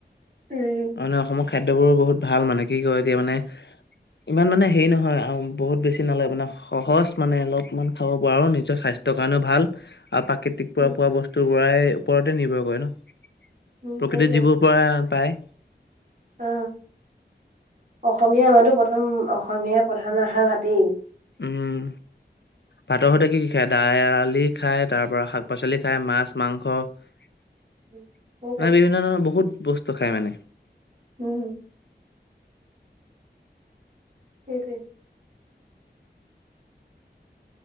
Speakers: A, on the right; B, on the left.
A: উম।
B: মানে অসমৰ খাদ্যবোৰো বহুত ভাল মানে। কি কয় এতিয়া মানে ইমান মানে হেৰি নহয় আৰু। বহুত বেছি নালাগে মানে সহজ মানে, অলপমান খাব পৰা আৰু নিজৰ স্বাস্থ্য স্বাস্থ্যৰ কাৰণে ভাল, আৰু পা কৃতিক পৰা
A: উম
B: পোৱা বস্তুবোৰ পৰাই ওপৰতে নিৰ্ভৰ কৰে ন।
A: উম
B: প্ৰকৃতিৰ
A: সেইটোৱে
B: যিবোৰ পোৱাই পায়।
A: অ, অসমীয়া আমাৰতো প্ৰথম অসমীয়া প্ৰধান আহাৰ ভাতেই।
B: উম। ভাতৰ সৈতে কি কি খায়? দালি খায়, তাৰ পৰা শাক- পাচলি খায়, মাছ মাংস। এনে
A: উম, সেইটোৱে
B: বিভিন্ন ধৰণৰ বহুত বস্তু খাই মানে।
A: উম। সেইটোৱেই।